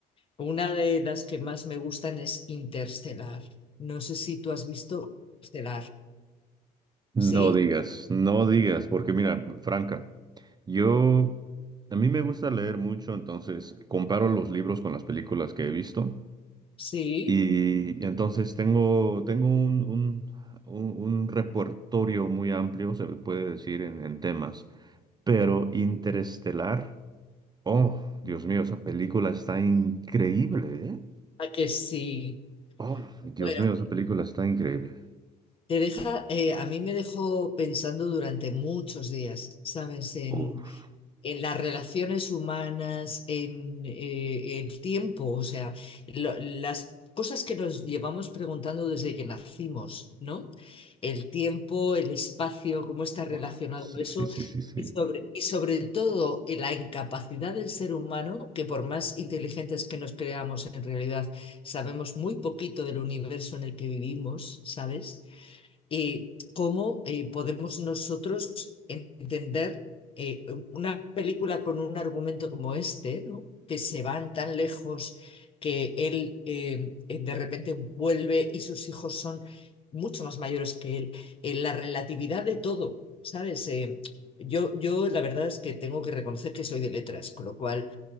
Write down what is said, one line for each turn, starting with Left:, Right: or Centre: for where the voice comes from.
Left: Una de las que más me gustan es Interstellar. No sé si tú has visto Interstellar. ¿Sí?
Right: No digas, no digas, porque mira, Franca, yo, a mí me gusta leer mucho, entonces comparo los libros con las películas que he visto
Left: ¿Sí?
Right: y, y entonces tengo, tengo un, un, un- un repertorio muy amplio, se puede decir, en, en temas, pero Interestelar, oh, Dios mío, esa película está increíble, ¿eh?
Left: ¿A que sí?
Right: Oh, Dios
Left: Bueno,
Right: mío, esa película está increíble.
Left: te deja, eh, a mí me dejó pensando durante muchos días, ¿sabes? En,
Right: Uf,
Left: en las relaciones humanas, en eh, el tiempo, o sea, lo- las cosas que nos llevamos preguntando desde que nacimos, ¿no? el tiempo, el espacio, cómo está relacionado
Right: oh, sí,
Left: eso.
Right: sí, sí, sí, sí.
Left: Y sobre, y sobre todo eh, la incapacidad del ser humano, que por más inteligentes que nos creamos, en realidad sabemos muy poquito del universo en el que vivimos, ¿sabes? eh, cómo eh, podemos nosotros entender eh, una película con un argumento como este, ¿no? que se van tan lejos que él eh, eh, de repente vuelve y sus hijos son mucho más mayores que él, Eh, la relatividad de todo, ¿sabes? Eh, Yo, yo, la verdad es que tengo que reconocer que soy de letras, con lo cual